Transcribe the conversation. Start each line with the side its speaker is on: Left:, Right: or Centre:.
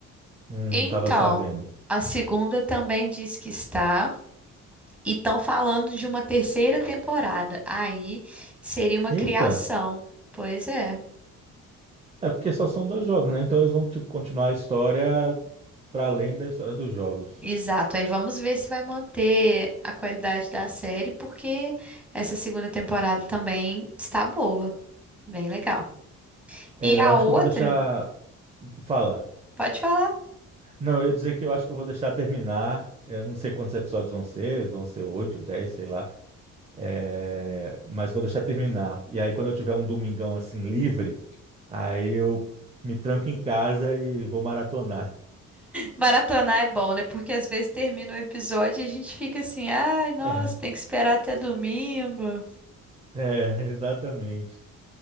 Right: não
Centre: Então,
Right: tava sabendo.
Centre: a segunda também diz que está, e estão falando de uma terceira temporada. Aí seria uma
Right: Eita,
Centre: criação. Pois é.
Right: é porque só são dois jogos, né? Então eles vão tipo, continuar a história para além da história dos jogos.
Centre: Exato. Aí vamos ver se vai manter a qualidade da série, porque essa segunda temporada também está boa, bem legal.
Right: É,
Centre: E a
Right: eu acho
Centre: outra,
Right: que eu vou deixar. Fala.
Centre: pode falar.
Right: Não, eu ia dizer que eu acho que eu vou deixar terminar. é, Eu não sei quantos episódios vão ser, vão ser oito, dez, sei lá. É, mas vou deixar terminar. E aí, quando eu tiver um domingão assim livre, aí eu me tranco em casa e vou maratonar.
Centre: Maratonar é bom, né? Porque às vezes termina o episódio e a gente fica assim, ai, nossa,
Right: <laughs>
Centre: tem que esperar até domingo.
Right: É, exatamente.